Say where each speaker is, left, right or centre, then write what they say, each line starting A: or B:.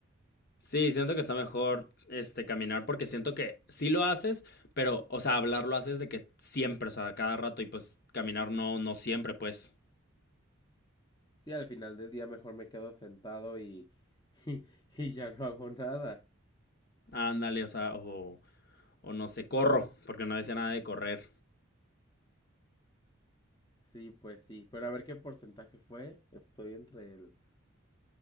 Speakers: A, on the left (about 45°); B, on the left (about 20°).
A: Sí, siento que está mejor este caminar porque siento que sí lo haces, pero o sea, hablar lo haces de que siempre, o sea, cada rato y pues caminar no no siempre, pues.
B: Sí, al final del día mejor me quedo sentado y, <laughs> y, ya no hago nada.
A: Ándale, o sea, o o no sé, corro, porque no decía nada de correr.
B: Sí, pues sí. Pero a ver qué porcentaje fue. Estoy entre el...